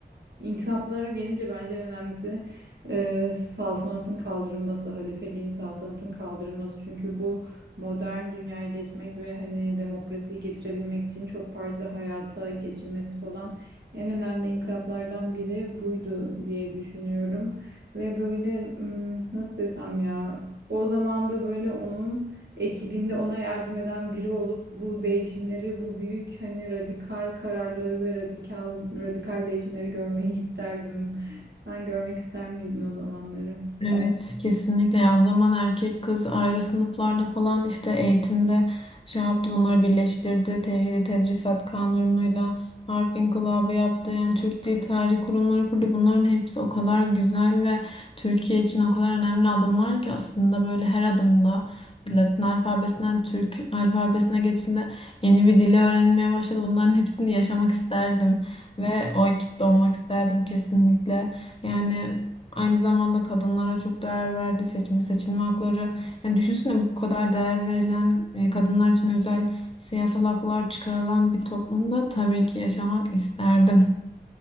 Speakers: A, on the right (about 75°); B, on the left (about 30°).
A: inkılaplara gelince bence en önemlisi e, saltanatın kaldırılması, halifeliğin saltanatın kaldırılması. Çünkü bu modern dünyaya geçmek ve hani demokrasiyi getirebilmek için çok partili hayata geçilmesi falan en önemli inkılaplardan biri buydu diye düşünüyorum. Ve böyle m, nasıl desem ya o zaman da böyle onun ekibinde ona yardım eden biri olup bu değişimleri, bu büyük hani radikal kararları ve radikal radikal değişimleri görmeyi <laughs> isterdim. Sen görmek ister miydin o zamanları?
B: Evet kesinlikle ya o zaman erkek kız ayrı sınıflarda falan işte eğitimde şey yaptı bunları birleştirdi Tevhid-i Tedrisat Kanunu'yla Harf İnkılabı yaptı yani Türk Dil Tarih Kurumları kurdu bunların hepsi o kadar güzel ve Türkiye için o kadar önemli adımlar ki aslında böyle her adımda Latin alfabesinden Türk alfabesine geçildi yeni bir dili öğrenmeye başladı bunların hepsini yaşamak isterdim ve o ekipte olmak isterdim kesinlikle. Yani Aynı zamanda kadınlara çok değer verdi. Seçme seçilme hakları. Yani düşünsene bu kadar değer verilen e, kadınlar için özel siyasal haklar çıkarılan bir toplumda tabii ki yaşamak isterdim.